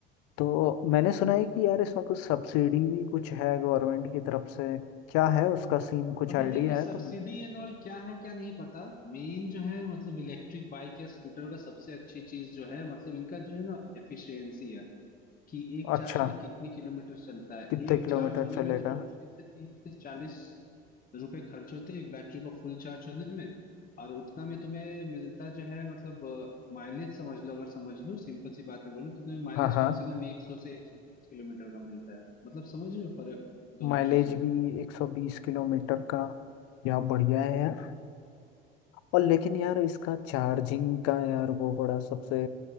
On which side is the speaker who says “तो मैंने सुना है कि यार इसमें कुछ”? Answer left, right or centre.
Left